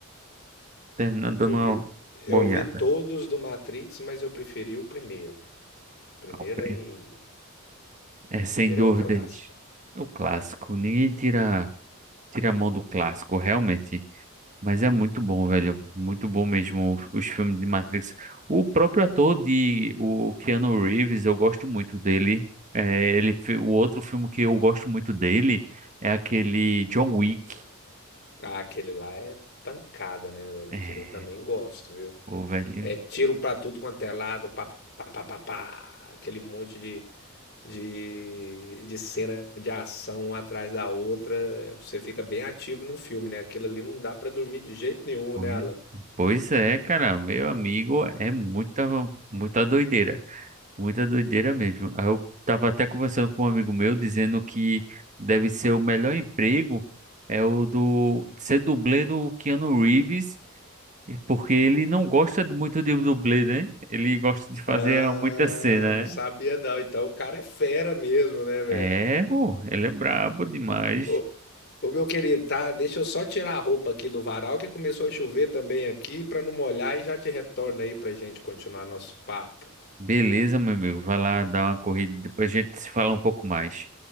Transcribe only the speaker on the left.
Eu
vi eu
vi todos do Matrix, mas eu preferi o primeiro. Primeiro
é em...
Primeiro
é o clássico.
Ah, aquele lá é pancada, né, velho?
Aquele eu também gosto, viu?
É tiro pra tudo quanto é lado, pá, pá, pá, pá, pá. Aquele monte de, de, de cena de ação uma atrás da outra. Você fica bem ativo no filme, né? Aquilo ali não dá pra dormir de jeito nenhum,
né, Alan?
Ah,
não sabia
não. Então o cara é fera mesmo, né, velho?
Ô, ô, meu querido, tá? Deixa eu só tirar a roupa aqui do varal que começou a chover também aqui pra não molhar e já te retorno aí pra gente continuar nosso papo.